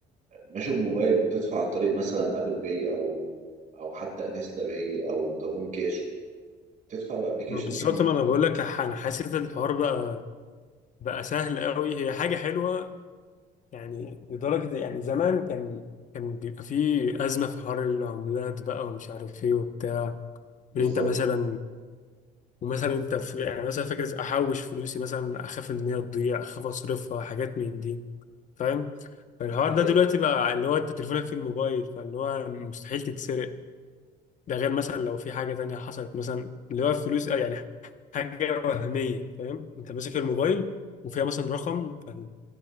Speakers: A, on the right; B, on the left.
A: مش بموبايل بتدفع عن طريق مثلا ابل باي او او حتى انستا باي او فودافون كاش تدفع بابلكيشن
B: ما بالظبط
A: مش م...
B: ما انا بقول لك ح- انا حاسس ان الحوار بقى بقى سهل قوي هي حاجه حلوه يعني لدرجه يعني زمان كان كان بيبقى فيه ازمه في حوار العملات بقى ومش عارف ايه وبتاع
A: بالظبط
B: ان انت مثلا ومثلا انت في يعني مثلا فاكر احوش فلوسي مثلا اخاف ان هي تضيع اخاف اصرفها حاجات من دي فاهم فالحوار
A: ده حقيقي
B: ده دلوقتي بقى اللي هو انت تليفونك في الموبايل فاللي هو مستحيل تتسرق ده غير مثلا لو في حاجة تانية حصلت مثلا اللي هو فلوس يعني حاجة وهمية فاهم انت ماسك الموبايل وفيها مثلا رقم فن-